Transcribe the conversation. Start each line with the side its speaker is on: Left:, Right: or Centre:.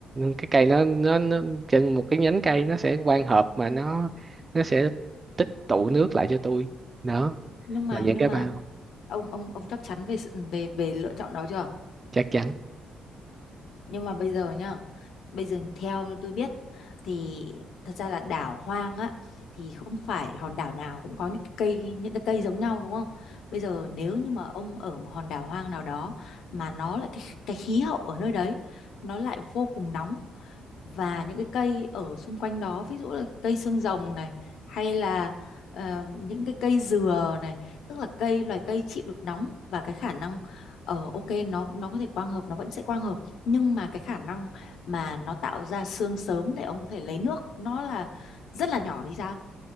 Right: cái cây nó nó nó trên một cái nhánh cây nó sẽ quang hợp mà nó nó sẽ tích tụ nước lại cho tôi đó
Left: nhưng mà
Right: là những
Left: nhưng
Right: cái
Left: mà
Right: bao
Left: ông ông ông chắc chắn về sự- về về lựa chọn đó chưa
Right: chắc chắn
Left: nhưng mà bây giờ nhá bây giờ theo như tôi biết thì thật ra là đảo hoang á thì không phải hòn đảo nào cũng có những cái cây những cái cây giống nhau đúng không bây giờ nếu như mà ông ở một hòn đảo hoang nào đó mà nó lại cái, cái khí hậu ở nơi đấy nó lại vô cùng nóng và những cái cây ở xung quanh đó ví dụ là cây xương rồng này hay là ờ, những cái cây dừa này tức là cây loài cây chịu được nóng và cái khả năng ở ok nó nó có thể quang hợp nó vẫn sẽ quang hợp nhưng mà cái khả năng mà nó tạo ra xương sớm để ông có thể lấy nước nó là rất là nhỏ thì sao